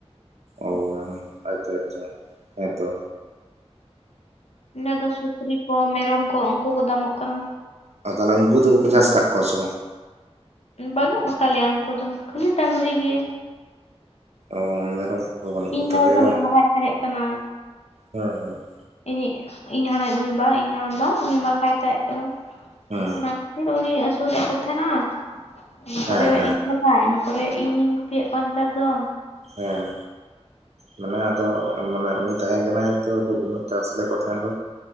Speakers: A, on the right (about 75°); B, on the left (about 70°).
A: ᱚ ᱟᱪᱪᱷᱟ, ᱟᱪᱪᱷᱟ ᱦᱮᱸᱛᱚ᱾
B: ᱤᱱᱟᱹ ᱫᱚ ᱥᱩᱠᱨᱤ ᱠᱚ ᱢᱮᱨᱚᱢ ᱠᱚ ᱩᱱᱠᱩ ᱠᱚ ᱫᱟᱢᱚᱜ ᱠᱟᱱᱟ᱾
A: ᱛᱟᱦᱚᱞᱮ ᱩᱱᱠᱩ ᱫᱚ ᱯᱮ ᱪᱟᱥ ᱟᱠᱟᱫ ᱠᱚᱣᱟ ᱥᱮ ᱵᱟᱝ?
B: ᱵᱟᱹᱱᱩᱜ ᱠᱚᱛᱟ ᱞᱮᱭᱟ ᱩᱱᱠᱩ ᱫᱚ ᱠᱷᱟᱹᱞᱤ ᱰᱟᱹᱝᱨᱤ ᱜᱮ᱾
A: ᱚ ᱢᱮᱨᱚᱢ ᱠᱚ ᱵᱟᱹᱱᱩᱜ
B: ᱤᱧ
A: ᱠᱚᱛᱟᱯᱮᱭᱟ
B: ᱵᱷᱟᱭ ᱫᱚ
A: ᱵᱟᱝ
B: ᱢᱟᱨᱟᱦᱟᱭ ᱛᱟᱦᱮᱸᱠᱟᱱᱟ᱾
A: ᱦᱮᱸ, ᱦᱮᱸ᱾
B: ᱤᱧᱤᱡ ᱤᱧ <unintelligible> ᱢᱮ ᱵᱟ ᱤᱧ ᱦᱟᱲᱟᱢ ᱵᱟ ᱩᱱᱤ ᱵᱟ ᱵᱟᱭ ᱛᱟᱦᱮᱸᱫ ᱠᱟᱱᱟ
A: ᱦᱮᱸ
B: ᱾ᱚᱱᱟ ᱯᱷᱤᱨ ᱩᱱᱤ ᱟᱹᱥᱩᱞᱮᱫ ᱠᱚ ᱛᱟᱦᱮᱱᱟ ᱤᱱᱟ
A: ᱦᱮᱸ
B: ᱯᱚᱨᱮ
A: ᱦᱮᱸ
B: ᱤᱧ ᱦᱮᱸ ᱤᱱᱟᱹ ᱯᱚᱨᱮ ᱤᱧ-ᱤᱧ ᱜᱩᱯᱤᱭᱮᱫ ᱠᱚᱣᱟ ᱱᱮᱛᱟᱨ ᱫᱚ᱾
A: ᱦᱮᱸ, ᱢᱟᱱᱮ ᱟᱫᱚ ᱢᱟᱱᱮ ᱩᱱᱤ ᱛᱟᱦᱮᱸ ᱠᱟᱱᱟᱭ ᱛᱚ ᱩᱱᱟᱹᱜ ᱪᱟᱥ ᱞᱮᱫ ᱠᱚ ᱛᱟᱦᱮᱸᱫ ᱫᱚ